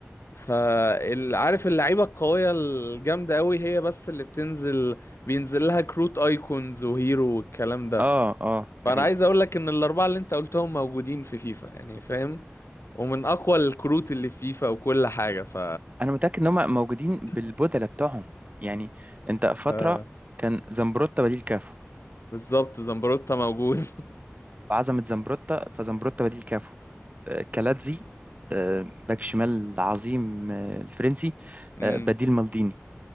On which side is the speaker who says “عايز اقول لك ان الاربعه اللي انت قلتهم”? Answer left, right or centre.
Left